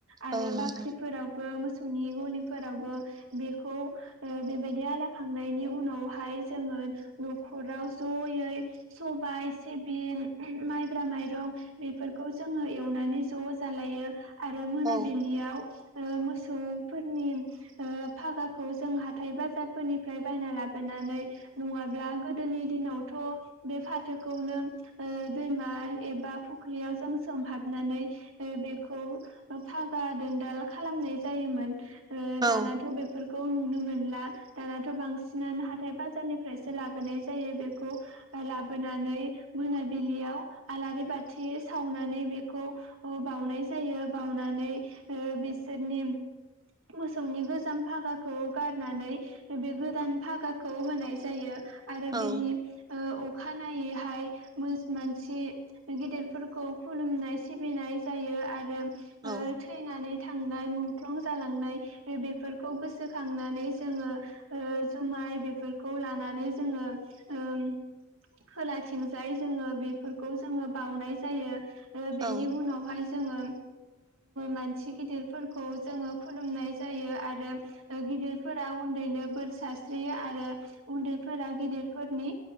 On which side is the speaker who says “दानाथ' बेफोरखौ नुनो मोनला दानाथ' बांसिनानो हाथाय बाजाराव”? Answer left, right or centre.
Right